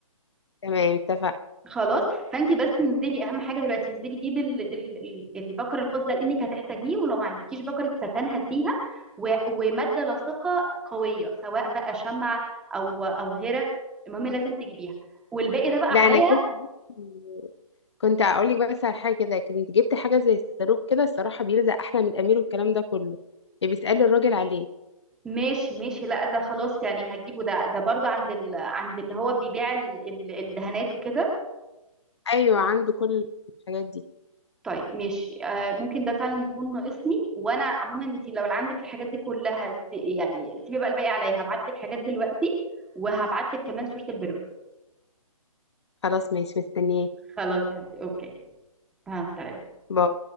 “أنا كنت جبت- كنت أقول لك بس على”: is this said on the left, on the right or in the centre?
Left